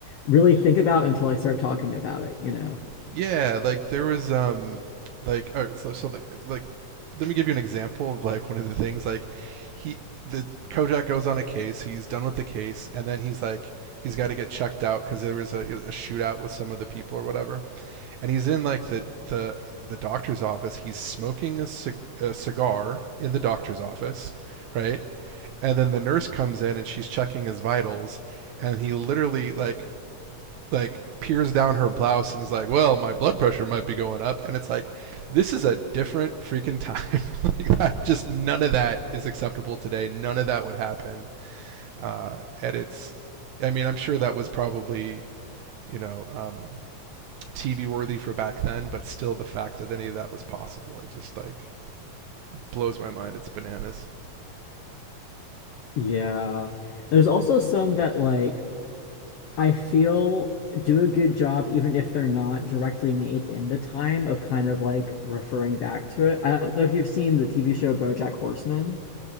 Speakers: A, on the left; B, on the right.
A: really think about until I start talking about it, you know?
B: Yeah, like there was um like all right, so so like like let me give you an example of like one of the things like he the Kojak goes on a case, he's done with the case, and then he's like he's got to get checked out because there was a, a shootout with some of the people or whatever, and he's in like the the the doctor's office. He's smoking a, cig- a cigar in the doctor's office, right? And then the nurse comes in and she's checking his vitals, and he literally like like peers down her blouse and is like, "Well, my blood pressure might be going up," and it's like, this is a different freaking time. <laughs> like, that, just none of that is acceptable today. None of that would happen. Uh, and it's, I mean, I'm sure that was probably, you know, um, TV worthy for back then, but still, the fact that any of that was possible, it just like blows my mind. It's bananas.
A: Yeah. There's also some that like I feel do a good job, even if they're not directly made in the time of kind of like referring back to it. I don't know if you've seen the TV show BoJack Horseman,